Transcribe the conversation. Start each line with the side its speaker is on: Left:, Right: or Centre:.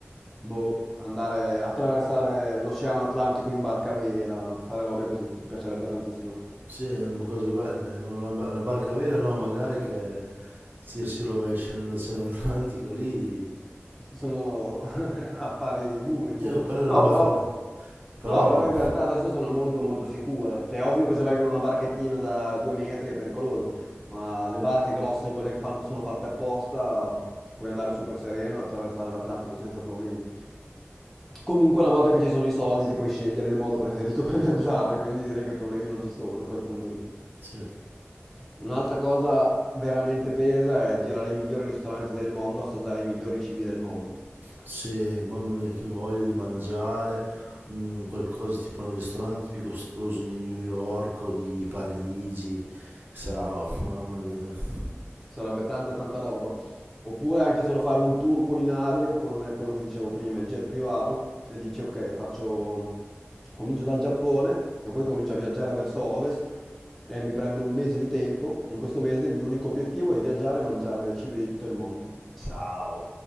Centre: boh, andare a attraversare l'Oceano Atlantico in barca a vela, fare robe così, mi piacerebbe tantissimo.
Right: Sì, ehm, cose belle. Una, ba- una barca a vela, no, magari che si, si rovescia nell'Oceano Atlantico lì.
Centre: sono <laughs> affari duri dopo.
Right: Io quello
Centre: No,
Right: non lo
Centre: però,
Right: farei. Però,
Centre: no, però in realtà adesso sono molto molto sicure. Cioè, è ovvio che se vai con una barchettina da due metri è pericoloso, ma le barche grosse, quelle che fanno- sono fatte apposta, puoi andare super sereno e attraversare l'Atlantico senza problemi. Comunque, una volta che ci sono i soldi, ti puoi scegliere il modo preferito <laughs> per viaggiare, quindi direi che problemi non ci sono a quel punto lì.
Right: sì,
Centre: Un'altra cosa veramente pesa è girare i migliori ristoranti del mondo, assaggiare i migliori cibi del mondo.
Right: sì, mamma mia, che voglia di mangiare un qualcosa tipo nei ristoranti più costosi di New York o di Parigi. Ciao, mamma mia.
Centre: Sarebbe tanta tanta roba. Oppure anche solo fare un tour culinario con quello che dicevo prima, il jet privato, e dici ok, faccio... comincio dal Giappone e poi comincio a viaggiare verso ovest e mi prendo un mese di tempo. In questo mese il mio unico obiettivo è viaggiare e mangiare le cibi di tutto il mondo. Ciao.